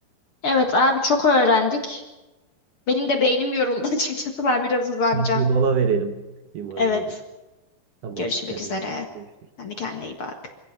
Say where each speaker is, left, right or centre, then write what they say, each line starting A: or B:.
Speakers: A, on the left (about 45°); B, on the right (about 65°).
A: Evet abi çok öğrendik. Benim de beynim yoruldu <laughs> açıkçası. Ben biraz uzanacağım.
B: Bir mola verelim. Bir mola
A: Evet.
B: verelim. Tamamdır
A: Görüşmek
B: kendine
A: üzere.
B: iyi bak. Görüşürüz.
A: Sen de kendine iyi bak.